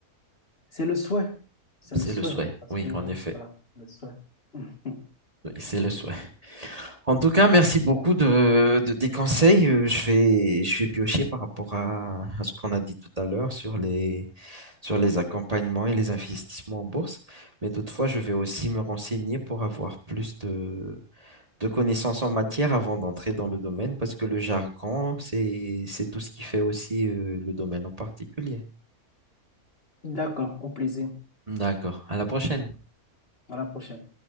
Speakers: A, on the left (about 40°); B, on the right (about 25°).
A: C'est le souhait. C'est
B: C'est
A: le souhait.
B: le souhait,
A: Parce
B: oui,
A: que,
B: en effet.
A: voilà, c'est le souhait. <laughs>
B: Oui, c'est le souhait. En tout cas, merci beaucoup de, de tes conseils. Euh, Je vais, je vais piocher par rapport à, à ce qu'on a dit tout à l'heure sur les, sur les accompagnements et les investissements en bourse. Mais toutefois, je vais aussi me renseigner pour avoir plus de, de connaissances en matière avant d'entrer dans le domaine, parce que le jargon, c'est, c'est tout ce qui fait aussi euh, le domaine en particulier.
A: D'accord, au plaisir.
B: D'accord. À la prochaine.
A: À la prochaine.